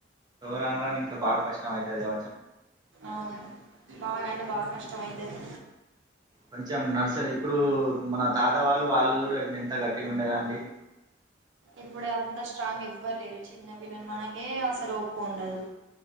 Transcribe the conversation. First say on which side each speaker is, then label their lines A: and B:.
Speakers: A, on the right; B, on the right.
A: రాను రాను నింకా బా కష్టమయితది కావచ్చు
B: అవును బాగాంటే బాగా కష్టం అయితది
A: కొంచెం నర్సరి ఇప్పుడు మన తాతవాళ్ళు వాళ్ళు చూడు ఎంత గట్టిగా ఉండేదండి
B: ఇప్పుడే అంత స్ట్రాంగ్ ఎవ్వరు లేరు చిన్న పిల్లలు మనకే అసలు ఒపిక ఉండదు